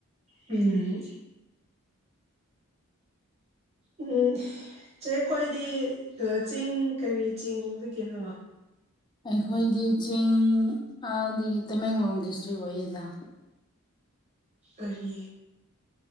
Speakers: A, on the right; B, on the left.
A: ꯎꯝ ꯎꯝ ꯆꯦ ꯈ꯭ꯋꯣꯏꯗꯤ ꯆꯤꯡ ꯀꯔꯤ ꯆꯤꯡꯗꯒꯤꯅꯣ
B: ꯑꯩꯈꯣꯏꯗꯤ ꯆꯤꯡ ꯑꯗꯒꯤ ꯇꯃꯦꯡꯂꯣꯡ ꯗꯤꯁꯇ꯭ꯔꯤꯛ ꯑꯣꯏꯌꯦꯗ
A: ꯀꯔꯤ